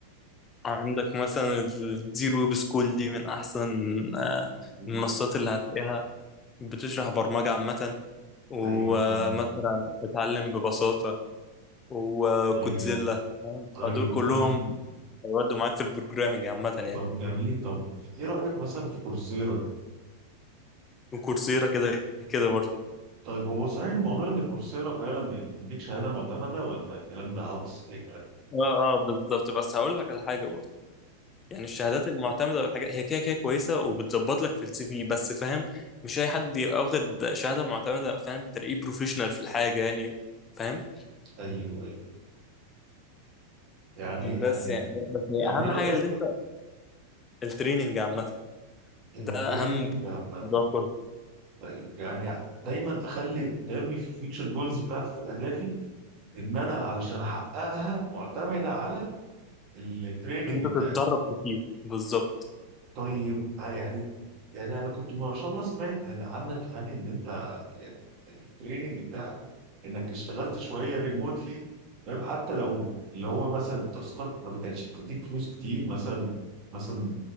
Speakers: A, on the left; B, on the right.
A: عندك مثلا الزيرو ويب سكول دي من احسن آه،
B: مم.
A: المنصات اللي هتلاقيها بتشرح برمجة عامة ومثلا
B: ايوه فاهم
A: اتعلم ببساطة وكودزيلا
B: طيب
A: فاهم؟
B: طيب
A: فدول كلهم
B: طيب
A: هيودوا معاك في البروجرامنج عامة يعني
B: طب جميل طب ايه رايك مثلا في كورسيرا
A: وكورسيرا كده كده برضه
B: طيب هو صحيح الموضوع ان كورسيرا فعلا يعني بتديك شهاده معتمده ولا الكلام ده عبث ايوه
A: اه اه بالظبط بس هقول لك على حاجة برضه يعني الشهادات المعتمده والحاجات هي كده كده كويسه وبتظبط لك في السي في بس فاهم مش اي حد يبقى واخد شهاده معتمده فاهم تلاقيه بروفيشنال في الحاجه يعني فاهم
B: ايوه يعني يعني
A: بس يعني بس هي
B: يعني
A: اهم
B: ايه رايك
A: حاجه اللي انت التريننج عامه
B: التريننج
A: ده اهم
B: عامة
A: موضوع كله
B: طيب يعني دايما اخلي دايما في الفيوتشر جولز بتاعتي في اهدافي ان انا علشان احققها معتمده على التريننج
A: إن انت
B: بتاعي
A: تتدرب كتير بالظبط
B: طيب آه يعني يعني انا كنت ما شاء الله سمعت يعني عنك يعني ان انت يعني التريننج بتاعك انك اشتغلت شويه ريموتلي فاهم حتى لو اللي هو مثلا التاسكات ما بتاعتش بتديك فلوس كتير مثلا مثلا